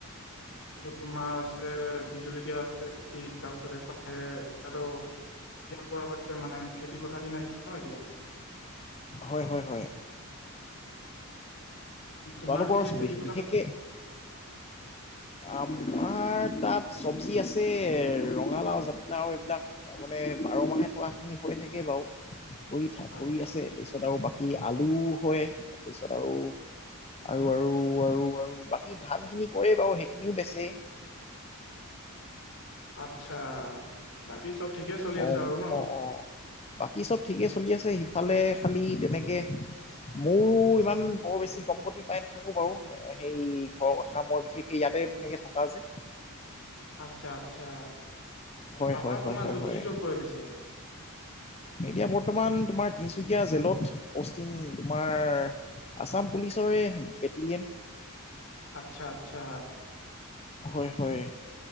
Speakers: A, on the left; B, on the left.
A: তাৰপাছত তোমাৰ আছে বি জলকীয়া আছে তাৰপিছত এফালে শেষ হোৱা হৈছে মানে খেতি পথাৰ দিন আহিছে ন এতিয়া
B: হয় হয় হয়
A: তোমাৰ
B: তেওঁলোকৰ
A: পিছে খেতি
B: বিচিকে
A: পথাৰ
B: আমাৰ তাত চব্জি আছে ৰঙালাও জাতিলাও এইবিলাক তাৰ মানে বাৰ মাহে থকা খিনি হৈ থাকে বাৰু কৰি থ
A: আচ্ছা
B: কৰি আছে তিছত আৰু বাকী আলু হয় তপিছত আৰু আৰু আৰু আৰু আৰু বাকী ধান খিনি কৰে বাৰ সেইখিনিও বেচেই
A: আচ্ছা বাকী চব ঠিকে চলি
B: অ
A: আছে আৰু ন
B: অ অ বাকী চব ঠিকেই চলি আছে সিফালে খালী তেনেকৈ মোৰো ইমান বৰ বেছি গম গতি পাই নাথাকো বাৰু সেই ঘৰৰ কথা মই বিশেষকে ইয়াতে তেনেকে থকা যে
A: আচ্ছা আচ্ছা
B: হয়
A: পাপা
B: হয়
A: তোমাৰ
B: হয় হয়
A: য
B: হয়
A: কি জব কৰে পিছে
B: এতিয়া বৰ্তমান তোমাৰ তিনিচুকীয়া জেলত পষ্টিং তোমাৰ আছাম পুলিচৰে বেটেলিয়ন
A: আচ্ছা আচ্ছা
B: হয় হয়